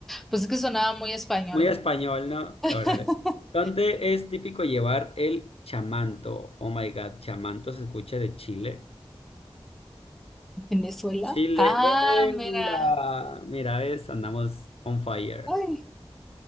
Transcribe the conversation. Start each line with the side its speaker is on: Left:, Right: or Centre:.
Centre: pues es que sonaba muy español.
Left: Muy español, ¿no?
Centre: <laughs>
Left: Cabrón. ¿Dónde es típico llevar el chamanto? Oh my God, chamanto se escucha de Chile.
Centre: Venezuela.
Left: Chile.
Centre: Ah,
Left: ¡Venga!
Centre: mira.
Left: Mira, ves, andamos on fire.
Centre: Ay,